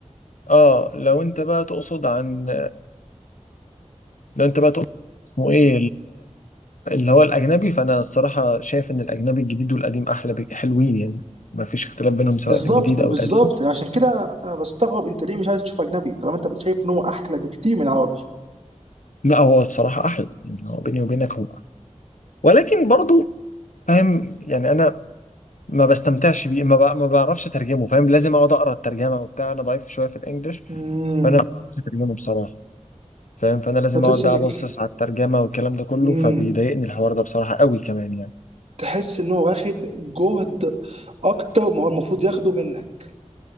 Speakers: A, on the left; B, on the right.
A: اه لو انت بقى تقصد عن لو انت بقى تقصد اسمه ايه اللي هو الأجنبي فأنا الصراحة شايف إن الأجنبي الجديد والقديم أحلى بك- حلوين يعني ما فيش اختلاف بينهم سواء
B: بالظبط
A: الجديد أو
B: بالظبط
A: القديم
B: عشان كده انا بستغرب انت ليه مش عايز تشوف اجنبي طالما انت شايف ان هو احلى بكتير من العربي
A: لا هو بصراحة أحلى يعني هو بيني وبينك هو أحلى ولكن برضو فاهم يعني أنا ما بستمتعش بيه ما, بع- ما بعرفش أترجمه فاهم لازم أقعد أقرأ الترجمة وبتاع أنا ضعيف شوية في الإنجليش
B: امم
A: فأنا ما بعرفش أترجمه بصراحة فاهم فأنا لازم
B: بتحس
A: أقعد بقى
B: انك
A: أبصص على الترجمة والكلام ده كله
B: امم
A: فبيضايقني الحوار ده بصراحة قوي كمان يعني
B: تحس ان هو واخد جهد اكتر ما هو المفروض ياخده منك